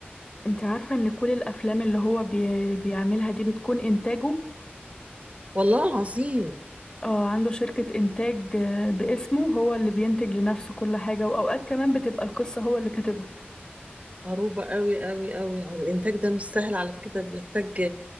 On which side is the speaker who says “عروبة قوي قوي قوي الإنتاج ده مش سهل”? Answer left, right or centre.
Right